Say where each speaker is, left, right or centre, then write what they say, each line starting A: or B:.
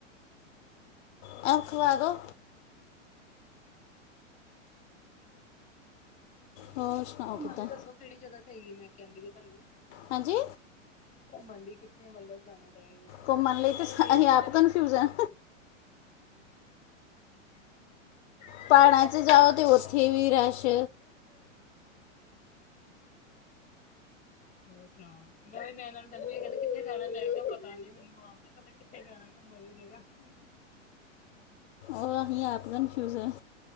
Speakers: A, on the left; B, on the left.
A: ਹੋਰ
B: ਅ
A: ਸੁਣਾਓ
B: ਖਵਾਦੋਂ। ਹੋਰ ਸੁਣਾਓ
A: ਘੁੰਮਣ
B: ਕਿੱਦਾਂ
A: ਲਈ ਦੱਸੋ ਕਿਹੜੀ ਜਗ੍ਹਾ ਸਹੀ ਹੈ ਮੈਂ ਕਹਿੰਦੀ ਵੀ ਤੁਹਾਨੂੰ।
B: ਹਾਂਜੀ।
A: ਘੁੰਮਣ ਲਈ ਕਿੱਥੇ ਮਤਲਬ ਜਾਣਾ ਚਾਹੀਦਾ।
B: ਘੁੰਮਣ ਲਈ
A: ਸ੍ਰੀਨਗਰ
B: ਤਾਂ ਸ
A: ਗਏ ਤੁਸੀਂ
B: ਆਪ
A: ਕਦੇ
B: ਕਨਫਿਊਜ ਹੈ।
A: ਮੈਨੂੰ
B: ਪਹਾੜਾਂ
A: ਇਹ ਕਹਿੰਦੇ
B: 'ਚ
A: ਪੈ
B: ਜਾਓ
A: ਨੇ ਘੁੰਮਣ
B: ਤੇ ਉੱਥੇ
A: ਜਾਨੂੰ।
B: ਵੀ ਰਸ਼
A: ਹੋਰ ਸੁਣਾਓ? ਕਹਿੰ ਕਹਿੰਦਾ ਕਿੱਥੇ ਜਾਣਾ, ਲੈ ਤਾਂ ਪਤਾ ਨੀ ਮੈਨੂੰ ਆਪ ਵੀ ਨਹੀਂ ਪਤਾ, ਕਿੱਥੇ ਜਾਣਾ ਘੁੰਮਣ ਵਾਲੀ ਜਗ੍ਹਾ।
B: ਉਹ ਅਸੀਂ ਆਪ ਕਨਫਿਊਜ ਆਂ।